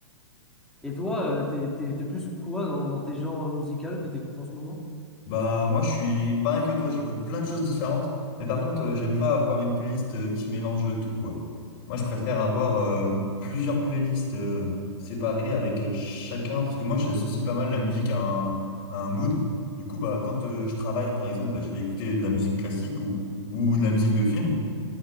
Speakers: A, in the centre; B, on the left.
A: Et toi, euh, t'es, t'es- t'es plus quoi dans, dans tes genres musicaux que t'écoutes en ce moment?
B: Bah moi je suis pareil que toi, j'écoute plein de choses différentes, mais par contre euh, j'aime pas avoir une playlist euh, qui mélange tout quoi. Moi je préfère avoir euh, plusieurs playlists euh, séparées avec euh, chacun, parce que moi j'associe pas mal la musique à un, à un mood. Du coup bah quand euh, je travaille par exemple, bah, je vais écouter de la musique classique ou, ou de la musique de film,